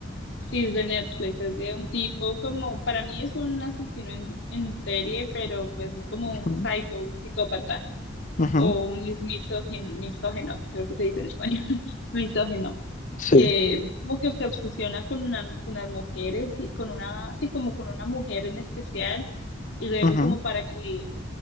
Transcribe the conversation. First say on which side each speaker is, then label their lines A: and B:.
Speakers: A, on the left (about 65°); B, on the left (about 40°).
A: Sí, es de Netflix, es de un tipo como, para mí es un asesino en, en serie, pero pues es como
B: Ujú,
A: un psycho, un psicópata.
B: ujú,
A: o mis misógino, misógeno, creo que se dice en español, <laughs> misógeno,
B: Sí.
A: que como que se obsesiona con una, con las mujeres, y con una, así como con una mujer en especial, y luego
B: ujú,
A: como para que